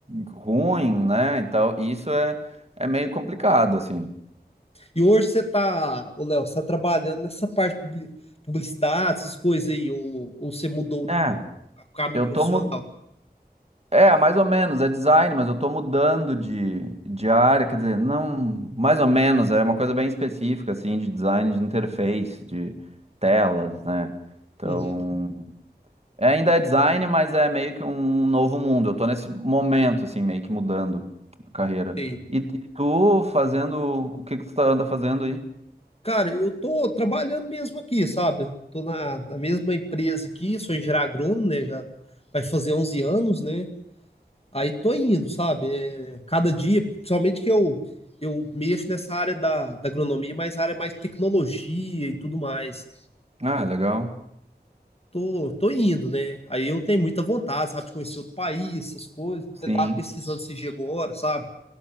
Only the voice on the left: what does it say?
E hoje você tá, ô Léo, você tá trabalhando nessa parte de publi- publicidade, essas coisas aí, ou, ou você mudou
o o caminho
profissional?
Uhum.
Sei.
Cara, eu tô trabalhando mesmo aqui, sabe? Tô na, na mesma empresa aqui, sou engenheiro agrônomo, né? Já vai fazer 11 anos, né? Aí tô indo, sabe? É, cada dia, principalmente que eu, eu mexo nessa área da, da agronomia, mas a área mais tecnologia e tudo mais.
tô, tô indo, né? Aí eu tenho muita vontade, sabe, de conhecer outro país, essas coisas. Até
tava pesquisando esse dia agora, sabe?